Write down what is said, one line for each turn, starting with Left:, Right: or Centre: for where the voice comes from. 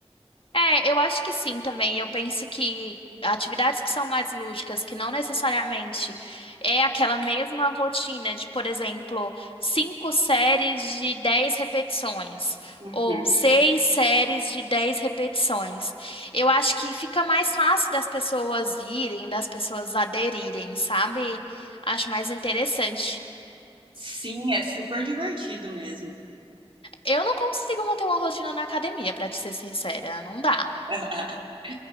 Left: É, eu acho que sim também. Eu penso que atividades que são mais lúdicas, que não necessariamente é aquela mesma rotina de, por exemplo, cinco séries de 10 repetições
Right: Uhum.
Left: ou seis séries de 10 repetições. Eu acho que fica mais fácil das pessoas irem, das pessoas aderirem, sabe? Acho mais interessante.
Right: Sim, é super divertido mesmo.
Left: Eu não consigo manter uma rotina na academia, pra te ser sincera, não dá.
Right: <laughs>